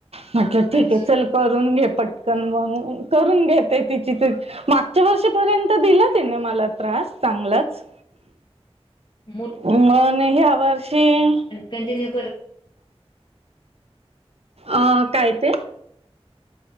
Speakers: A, on the right (about 70°); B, on the left (about 50°).
A: म्हटलं ठीक
B: अच्छा
A: आहे चल. करून घे पटकन म करून घेते तिची तीच. मागच्या वर्षीपर्यंत दिला तिने मला त्रास चांगलाच.
B: मूड
A: मण ह्या वर्षी.
B: कॉन्टिन्यू,
A: अं काय ते?